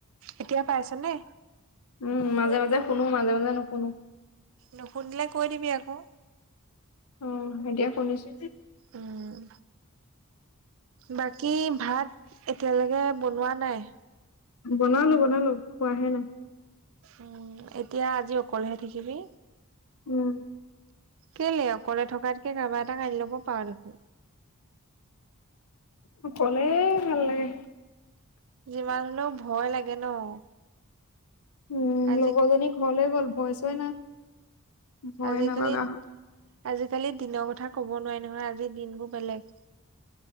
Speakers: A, on the right; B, on the left.
A: এতিয়া পাইছ নে?
B: উম, মাজে মাজে শুনো, মাজে মাজে নুশুনো।
A: নুশুনিলে কৈ দিবি আকৌ।
B: অ', এতিয়া শুনিছো।
A: উম। বাকী ভাত এতিয়ালৈকে বনোৱা নাই।
B: বনালো, বনালো খোৱাহে নাই।
A: উম, এতিয়া আজি অকলেহে থাকিবি।
B: উম।
A: কেলে অকলে থকাতকে, কাৰবা এটাক আনি ল'ব পাৰ দেখোন।
B: অকলে ভাল লাগে।
A: যিমান হলেও, ভয় লাগে ন',।
B: উম,
A: আজি
B: লগৰজনী ঘৰলে গ'ল ভয়চই নাই। ভয়ে
A: আজিকালি-আজিকালি
B: নলগা হ'ল
A: দিনৰ কথা ক'ব নোৱাৰি নহয়, আজি দিনবোৰ বেলেগ।